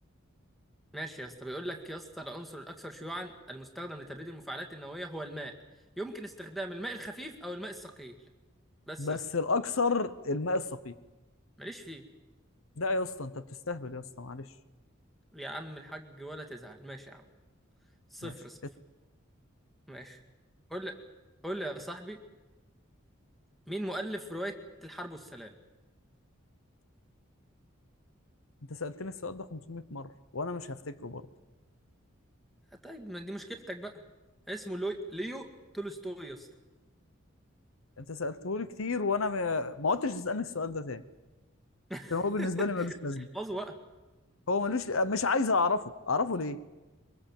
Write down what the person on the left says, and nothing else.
بس
الاكثر الماء الثقيل
لا يا اسطى انت بتستهبل يا اسطى معلش
ماشي
انت سالتني السؤال ده 500 مره وانا مش هفتكره برضه
انت سالته لي كتير وانا ما ما عدتش تسالني السؤال ده تاني
عشان هو بالنسبه لي ملوش لازمه
هو ملوش مش عايز اعرفه اعرفه ليه